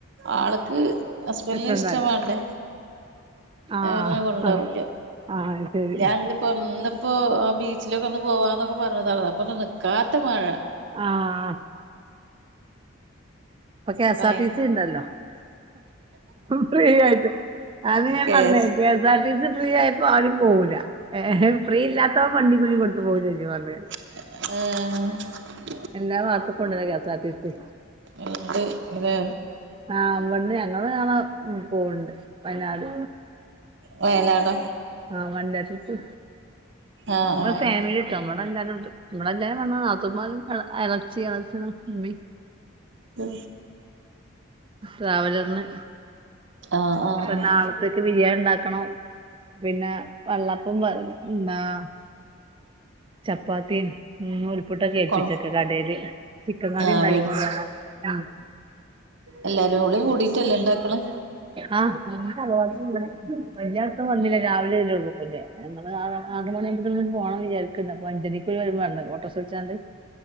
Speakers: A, on the right; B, on the right.
A: ആള്ക്ക് ഹസ്ബൻറ്റിന്
B: ഇഷ്ടൊന്നല്ല.
A: ഇഷ്ടവാണ്ടേ
B: ആ
A: ലനങ്ങളെ കൊണ്ടാവില്ല
B: ആ ആ ശരി.
A: ഞാൻട് ഒന്ന്പ്പോ ആ ബീച്ചിലൊക്കെ ഒന്ന് പോവാന്നൊക്കെ പറഞ്ഞതാണ് അപ്പൊന്ന് നിക്കാത്ത മഴ
B: ആഹ് പ്പകെസാആർടിസി
A: ഭയങ്കര
B: ഇണ്ടല്ലോ ഫ്രീ ആയിട്ട് അത് ന്നെ
A: കേസ്
B: പറഞ്ഞേ കെസാആർടിസി ഫ്രീ ആയപ്പോ ആരുംപൊകുല ഏ ഫ്രീ ഇല്ലാത്തവൻവണ്ടികൂലികൊട്ത്ത്പോ വും ശെരിക്കും പറഞ്ഞെ
A: ഏഹ്
B: എല്ലാ ഭാഗത്ത് കുണ്ടലൊ കെസാർടിസി
A: ഉണ്ട് ഇത്
B: ആ വിടുന്ന് ഞങ്ങള് നാളെ പൊണ്ട് വയനാട്
A: വയലാട്
B: ആഹ് വണ്ടേട്രിപ്പ്
A: ആഹ്
B: ഞങ്ങൾഫാമിലി
A: ആഹ്
B: നമ്മടെ എല്ലാരുണ്ട് ഇങ്ങള് എല്ലാരും വന്നന്നാതുമാരും ഇളച്ചി ഇളച്ചനും ഉമ്മി
A: ഉ
B: ട്രാവലറിന്
A: ആഹ് ആഹ് ആഹ്
B: പ്പ
A: ആഹ്
B: നാളത്തേക്ക് ബിരിയാണി ഉണ്ടാക്കണോ പിന്നെ വെള്ളപ്പം <unintelligible> ചപ്പാതീം നൂൽ പ്പുട്ടൊക്കെ ഏൽപ്പിച്ചക്ക
A: കൊ
B: കടെല് ചിക്കൻ കറിഇ
A: ആഹ്
B: ണ്ടാക്കിക്കൊണ്ടോണം
A: വേടിച്ച്
B: ആഹ്
A: എല്ലാരും കൂടി കൂടിട്ട്ല്ലെഇണ്ടാക്ക്‌ണ്
B: ആഹ് ഞങ്ങൾ തറവാട്ടില്ണ്ട് ഉണ്ടീന് റെഡിയാക്കാൻ വന്നില്ല രാവിലെ വരുള്ളു <unintelligible> ഞങ്ങള് ആറ് മണിയുമ്പോത്തേ പോണം വിചാരിക്കണ്ട് അഞ്ചരക്ക് വരുമ്പ ഓട്ടോ റിക്ഷ വിളിച്ചാണ്ട്